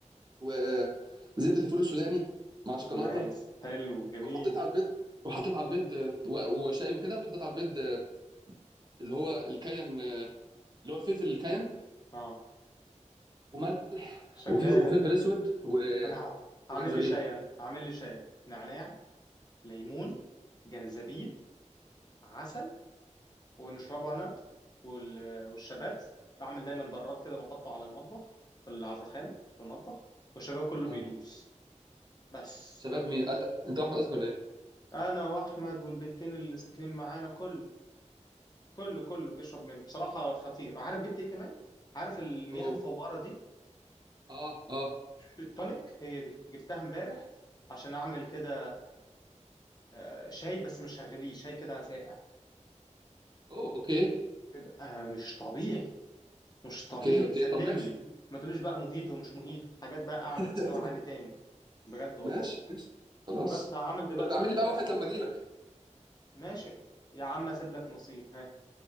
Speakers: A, on the right; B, on the left.
A: وزبده الفول السوداني مع شوكولاته
B: نايس حلو جميل
A: وحطيت على البيض وحطيت على البيض و- وشاي وكده وحطيت على البيض اللي هو الكاين اللي هو الفلفل الكاين
B: اه
A: وملح
B: شغال
A: وف- وفلفل
B: انت
A: اسود و-
B: انا ه...
A: وجنزبيل
B: هعمل لي شاي انا هعمل لي شاي نعناع ليمون جنزبيل عسل ونشربه انا وال- والشباب بعمل دايما براد كده بحطه على المطبخ في ال- على الرخامه في المطبخ والشباب كله
A: اه
B: بيدوس بس
A: شباب مين أت... انت احمد قصدك ولا ايه؟
B: انا واحمد والبنتين اللي ساكنين معانا كله كله كله بيشرب منه بصراحه خطير عارف جبت ايه كمان عارف المياه
A: اوه
B: الفواره دي
A: اه اه
B: التونيك هي دي جبتها امبارح عشان اعمل كده آه، شاي بس مش هغليه شاي كده ساقع
A: اوه اوكي
B: بيبقى مش طبيعي مش طبيعي
A: اوكي اوكي
B: سلم
A: طب ماشي
B: لي ما تقوليش بقى موهيتو مش موهيتو حاجات بقى اعلى
A: <laughs>
B: مستوى عالي تاني بجد والله
A: ماشي ماشي خلاص
B: بس فهعمل دلوقتي
A: بقى اعمل
B: واحد
A: لي بقى
B: اصلا
A: واحد لما اجي لك
B: ماشي يا عم اسيب لك نصيب ها